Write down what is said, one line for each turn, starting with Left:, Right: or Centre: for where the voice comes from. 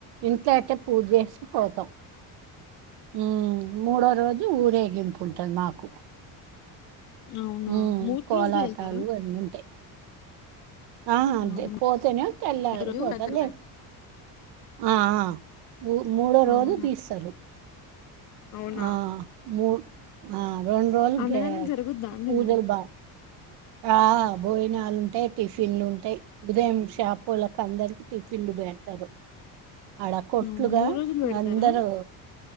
Right: ఇంట్ల అయితే పూజేస్కాపోతాం మ్మ్ మూడో రోజు ఊరేగింపు ఉంటంది మాకు
Left: అవునా
Right: మ్
Left: మూర్
Right: కోలాటాలు
Left: రోజులు వెళ్తారా
Right: అన్నీ ఉంటయి. ఆ అదే
Left: అవునా
Right: పోతేనే తెల్లరే
Left: ఒక రోజు
Right: పోతరు
Left: పెద్దలండి.
Right: లేద్ ఆ ఆ మూడ్ మూడో
Left: అవునా
Right: రోజు దీస్తరు
Left: అవునా,
Right: ఆ మూ ఆ రొండ్రోజులు
Left: అన్నదానం
Right: గ్యాప్
Left: జరుగుద్దా అండి
Right: పూజలు
Left: మరి
Right: బా ఆ బోయినాలుంటాయి టిఫిన్లు ఉంటయి ఉదయం షాపొల్లక్ అందరికీ టిఫిన్లు బెడ్తరు అడ కొట్లుగా
Left: అవునా మూడు రోజులు పెడతారా
Right: అందరూ